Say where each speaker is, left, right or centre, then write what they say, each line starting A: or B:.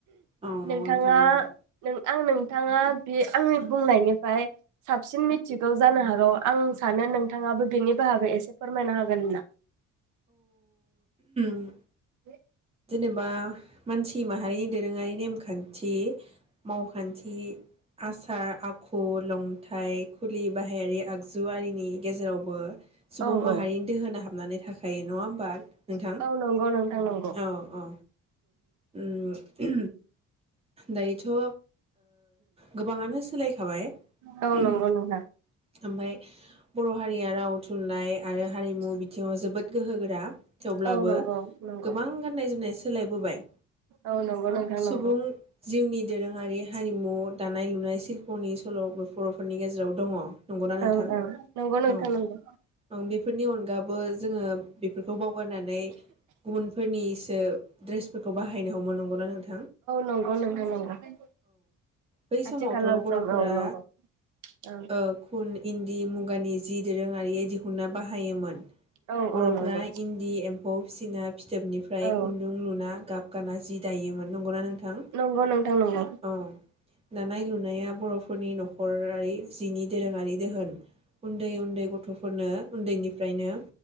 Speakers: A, on the right; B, on the right.
A: औ नंगौ
B: नोंथाङा
A: नोंथां नंगौ
B: नों आं नोंथाङा बे आंनि बुंनायनिफ्राय साबसिन मिथिगौ जानो हागौ आं सानो नोंथाङाबो बिनि बाहागै एसे फोरमायनो हागोना?
A: औ
B: <inaudible>
A: जेनेबा मानसि माहारि दोरोङारि नेम खान्थि मावखान्थि आसार आखु लंथाइ खुलि बाहायारि आगजुआरिनि गेजेरावबो सुबुं
B: औ
A: माहारिनि
B: औ
A: दोहोना हाब हाबनानै थाखा यो नङा होमबा नोंथां?
B: औ नंगौ नोंथां नंगौ
A: औ औ उम दायोथ' ओ गोबाङानो सोलायखाबाय
B: औ
A: उम
B: नंगौ नोंथां
A: ओमफाय बर' हारिया राव, थुनलाइ आरो हारिमु बिथिङाव जोबोद गोहोगोरा थेवब्लाबो
B: औ नंगौ नंगौ
A: गोबां गाननाय जोमनाय सोलायबोबाय।
B: औ नंगौ नोंथां
A: सुबुं
B: नंगौ
A: जिउनि दोरोङारि हारिमु दानाय लुनाय सिशल्प'नि सल'बो बर'फोरनि गेजेराव दङ नंगौना नोंथां?
B: ओं ओं नंगौ नोंथां
A: औ
B: नंगौ
A: औ बेफोरनि अनगाबो जोङो बेफोरखौ बावगारनानै गुबुनफोरनि द्रेसफोरखौ बाहायनो हमनो नंगौना नोंथां? औ
B: नंगौ नोंथां नंगौ
A: बै समावथ'
B: आथिखालाव
A: बर'फोरा
B: जों औ नंगौ औ
A: ओ खुन, इन्दि, मुगानि जि दोरोङारि दिहुनना बाहायोमोन
B: औ
A: बर'फ्रा
B: औ नंगौ
A: इन्दि एम्फौ फिसिना फिथोबनिफ्राय खुन्दुं
B: औ
A: लुना गाब गाना जि दा योमोन नंगौ ना नों थां
B: नंगौ नोंथां नंगौ
A: औ दानाय लुनाया बर' फोरनि न'खरारि जिनि दोरोङारि दोहोन उन्दै उन्दै गथ'फोरनो उन्दैनि फ्रायनो